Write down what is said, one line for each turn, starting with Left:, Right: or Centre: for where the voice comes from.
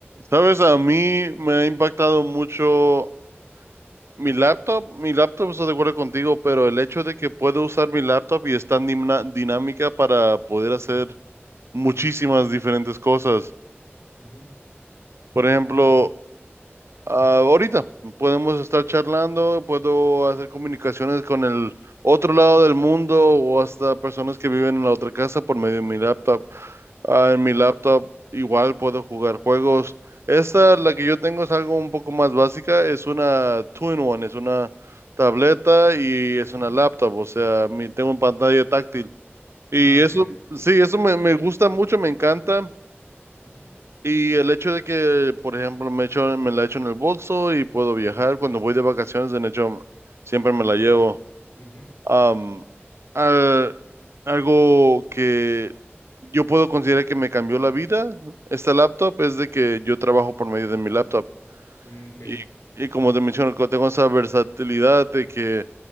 Right: Sabes, a mí me ha impactado mucho mi laptop. Mi laptop, estoy de acuerdo contigo, pero el hecho de que puedo usar mi laptop y es tan dimna- dinámica para poder hacer muchísimas
Left: Ujú,
Right: diferentes cosas.
Left: ujú,
Right: Por ejemplo, Ah, ahorita podemos estar charlando, puedo hacer comunicaciones con el otro lado del mundo o hasta personas que viven en la otra casa por medio de mi laptop. Ah, en mi laptop igual puedo jugar juegos. Esta, la que yo tengo, es algo un poco más básica. Es una two-in-one, es una tableta y
Left: ujú.
Right: es una laptop. O sea, mi- tengo una pantalla táctil. Y
Left: Ah, ok.
Right: eso, sí, eso me, me gusta mucho, me encanta.
Left: Ujú,
Right: Y el hecho de que, por ejemplo, me echo, me la echo en el bolso y puedo viajar cuando voy de vacaciones, de hecho, siempre me
Left: ujú,
Right: la llevo.
Left: ujú.
Right: Am, al- algo que yo puedo considerar que me cambió la vida, esta laptop, es de que yo trabajo por medio de mi laptop.
Left: mm, ok. Sí,
Right: Y, y como te menciono, co- tengo esa versatilidad de que